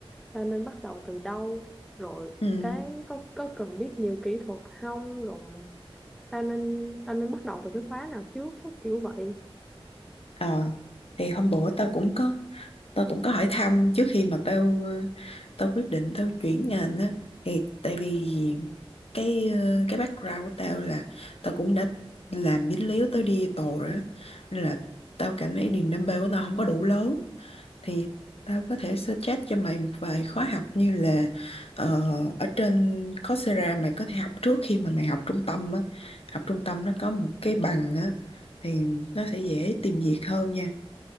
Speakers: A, in the centre; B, on the left.
A: tao nên bắt đầu từ đâu rồi
B: ừ.
A: cái có có cần biết nhiều kỹ thuật không rồi tao nên tao nên bắt đầu từ cái khóa nào trước cái kiểu vậy
B: ờ thì hôm bữa tao cũng có tao cũng có hỏi thăm trước khi mà tao ờ, tao quyết định tao chuyển ngành á thì tại vì cái ờ, cái background của tao là tao cũng đã làm dính líu tới đi tù rồi á nên là tao cảm thấy niềm đam mê của tao không có đủ lớn thì tao có thể suggest cho mày một vài khóa học như là ờ, ở trên Coursera mày có thể học trước khi mà mày học trung tâm á học trung tâm nó có một cái bằng á thì nó sẽ dễ tìm việc hơn nha